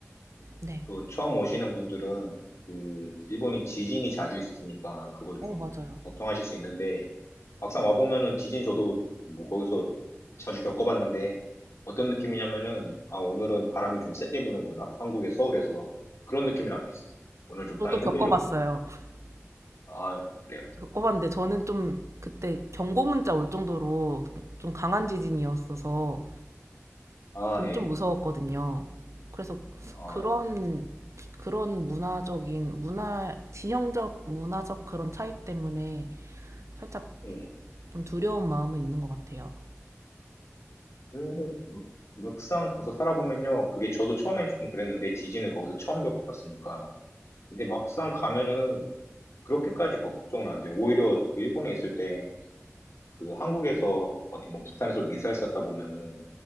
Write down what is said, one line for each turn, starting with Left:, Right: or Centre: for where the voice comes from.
Right: 네.
Left: 또 처음 오시는 분들은 그 일본이 지진이 자주 있으니까 그걸
Right: 어,
Left: 좀
Right: 맞아요.
Left: 걱정하실 수 있는데 막상 와보면은 지진 저도 뭐 거기서 자주 겪어봤는데 어떤 느낌이냐면은 아 오늘은 바람이 좀 세게 부는구나 한국의 서울에서 그런 느낌이랑 비슷해요. 오늘 좀
Right: 저도
Left: 땅이
Right: 겪어봤어요.
Left: 흔들렸구나.
Right: <laughs>
Left: 아 그래요.
Right: 겪어봤는데 저는 좀 그때 경고 문자 올 정도로 좀 강한 지진이었어서
Left: 음. 아
Right: 저는
Left: 예.
Right: 좀 무서웠거든요. 그래서
Left: 아
Right: 그런 그런 문화적인 문화 지형적 문화적 그런 차이 때문에 살짝
Left: 예.
Right: 좀 두려운 마음은 있는 것 같아요.
Left: 근데 음, 막상 가서 살아보면요 그게 저도 처음엔 좀 그랬는데 지진을 거기서 처음 겪어봤으니까 근데 막상 가면은 그렇게까지 걱정은 안 돼요. 오히려 그 일본에 있을 때 그 한국에서 어디 뭐 북한에서 미사일 쐈다 보면은